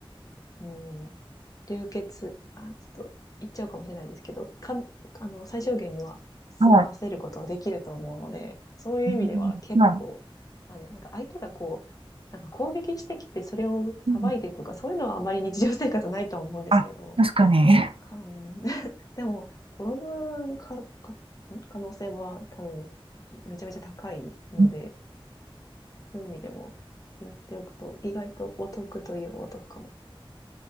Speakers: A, on the left; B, on the right.
A: うん、流血、あ、ちょっと言っちゃうかもしれないですけど、か、あの、最小限には済ませることはできると思うので、
B: い、はい、
A: そういう意味では結構、
B: うんはい。
A: まあね、なんか相手がこう、なんか攻撃してきてそれをさばいてとか、
B: うん
A: そういうのはあんまり日常生活ないとは思うんですけど、
B: あ、確かに。
A: かん <laughs> でも、転ぶかか可能性は多分、めちゃめちゃ高いので、
B: うん
A: そういう意味でもやっておくと、意外とお得といえばお得かもしれ